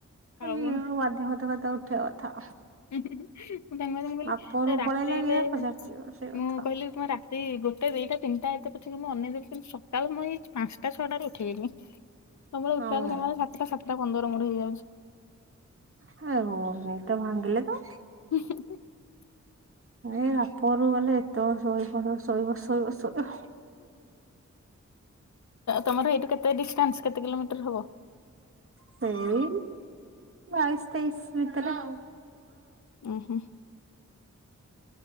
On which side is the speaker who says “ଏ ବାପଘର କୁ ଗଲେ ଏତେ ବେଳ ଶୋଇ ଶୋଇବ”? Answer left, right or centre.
Right